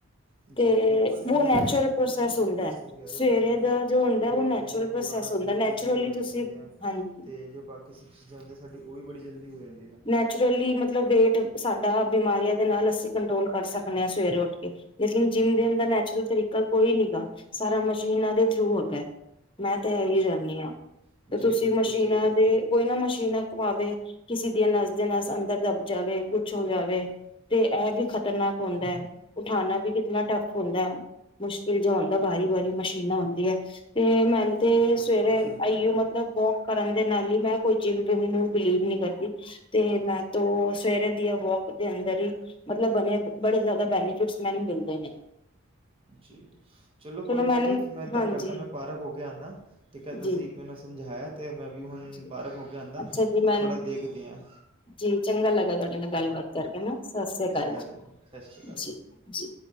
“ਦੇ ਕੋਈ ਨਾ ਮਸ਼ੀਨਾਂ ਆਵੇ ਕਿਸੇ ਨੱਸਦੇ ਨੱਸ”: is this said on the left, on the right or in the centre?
Left